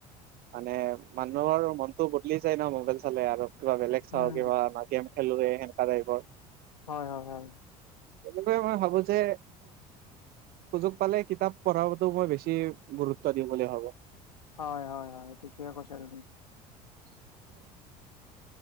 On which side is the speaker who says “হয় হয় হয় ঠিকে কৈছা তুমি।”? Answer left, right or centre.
Left